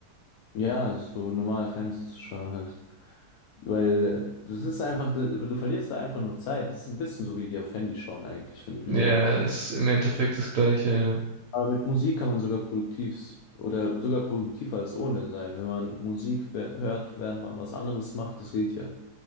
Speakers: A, on the left; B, on the right.
A: ja, so normal Fernseher zu schauen halt. Weil äh, das ist einfach, du verlierst da einfach nur Zeit. Das ist ein bisschen so wie auf Handy schauen eigentlich, wenn du
B: ja,
A: überlegst.
B: ist im Endeffekt das Gleiche.
A: Aber mit Musik kann man sogar produktiv oder sogar produktiver als ohne sein. Wenn man Musik wer- hört, während man was anderes macht, das geht ja.